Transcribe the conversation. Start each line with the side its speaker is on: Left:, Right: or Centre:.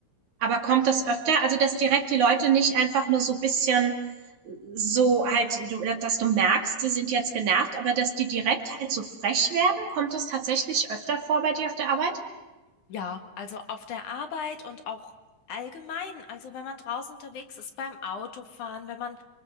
Right: Aber kommt das öfter? Also, dass direkt die Leute nicht einfach nur so ein bisschen so halt, du, dass du merkst, sie sind jetzt genervt, aber dass die direkt halt so frech werden, kommt das tatsächlich öfter vor bei dir auf der Arbeit?
Left: Ja, also auf der Arbeit und auch allgemein, also wenn man draußen unterwegs ist, beim Autofahren, wenn man,